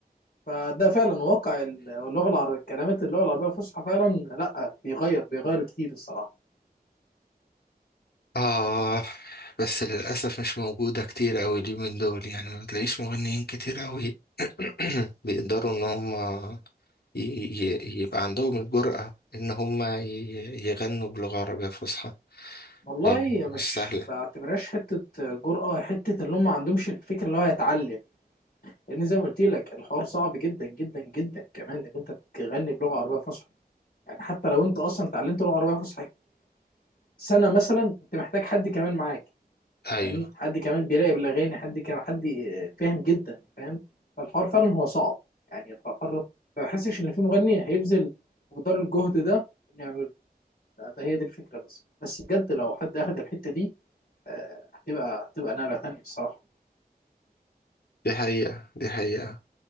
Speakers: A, on the left; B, on the left.
A: فده فعلا واقع ال- اللغة العربية كلمات اللغة العربية الفصحى فعلا لا بيغير بيغير كتير الصراحة
B: آه بس للأسف مش موجودة كتير أوي اليومين دول يعني ما بتلاقيش مغنيين كتير أوي <clears throat> بيقدروا إن هم ي- ي- يبقى عندهم الجرأة إن هم ي- يغنوا بلغة عربية فصحى
A: والله
B: يعني مش
A: مش
B: سهل
A: بعتبرهاش حتة جرأة حتة اللي هم ما عندهمش الفكرة اللي هو يتعلم لأن زي ما قلت لك الحوار صعب جدا جدا جدا كمان إنك أنت تغني بلغة عربية فصحى يعني حتى لو أنت أصلا اتعلمت لغة عربية فصحى سنة مثلا أنت محتاج حد كمان معاك
B: ايوه
A: فاهمني حد كمان بيراقب الأغاني حد كمان حد فاهم جدا فاهم فالحوار فعلا هو صعب يعني الحوار ما بحسش إن في مغني هيبذل مقدار الجهد ده إنه يعمله لا، ده هي دي الفكرة بس بس بجد لو حد أخد الحتة دي آه، هتبقى هتبقى نقلة تانية الصراحة
B: دي حقيقة دي حقيقة